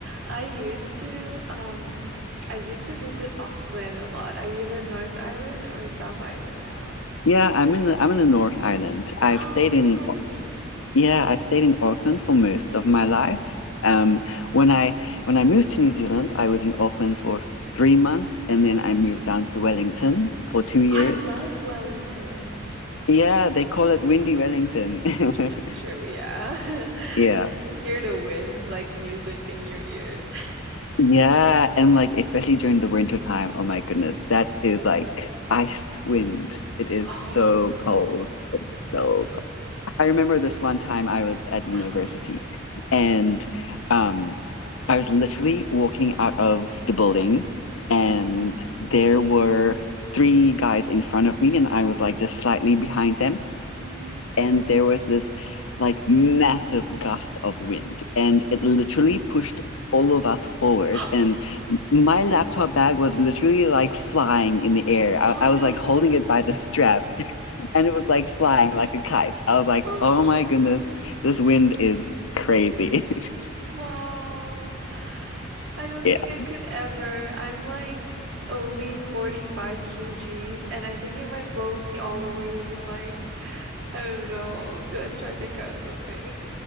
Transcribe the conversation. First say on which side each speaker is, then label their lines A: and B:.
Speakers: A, on the right (about 80°); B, on the left (about 80°).
A: I used to um I used to visit Auckland a lot. Are you in the North Island or South Island now?
B: Yeah, I'm in the I'm in the North Island. I've
A: Oh,
B: stayed in
A: cool.
B: yeah, i stayed in Auckland for most of my life.
A: Uh-huh.
B: Um, when I when I moved to New Zealand, I was in Auckland for three months, and then
A: hmm
B: I moved down to Wellington for two years.
A: I love Wellington.
B: Yeah, they call it Windy Wellington.
A: That's
B: <laughs>
A: true, yeah. <laughs>
B: Yeah.
A: You can hear the winds like music in your ears. <laughs>
B: Yeah, and like especially during the winter time, oh my goodness, that is like ice wind. It is
A: Oh.
B: so cold. It's so I remember this one time I was at
A: Uh-huh.
B: university and um, I was literally walking out of the building
A: Mm-hmm.
B: and there were three guys in front of me and I was like just slightly behind them
A: Mm-hmm.
B: and there was this like massive gust of wind, and it literally pushed all of us forward.
A: <gasps>
B: And my laptop bag was literally like flying in the air. I,
A: Oh
B: I
A: no.
B: was like holding it by the strap, <laughs> and it was like flying like a kite. I was like,
A: Oh,
B: oh my goodness, this wind is crazy. <laughs>
A: wow. I don't
B: Yeah.
A: think I
B: <laughs>
A: could ever. I'm like only 45 kgs and I think it might blow me all the way like I don't know to Antarctica or something.